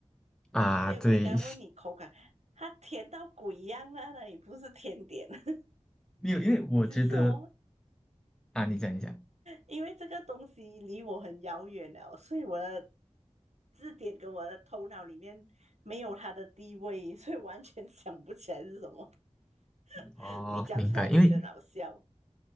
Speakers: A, in the centre; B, on the right.
A: 啊。
B: 对，
A: 对，
B: 我应该问你口感，它甜到鬼一样啊！那里不是甜点，<laughs>
A: <laughs> 没有，因为我觉得
B: 只是哦，
A: 啊，你讲一下
B: 因为这个东西离我很遥远了，所以我的字典跟我的头脑里面没有它的地位，所以完全想不起来是什么。<laughs>
A: 哦，
B: 你讲出来我就觉得好笑。
A: 明白。因为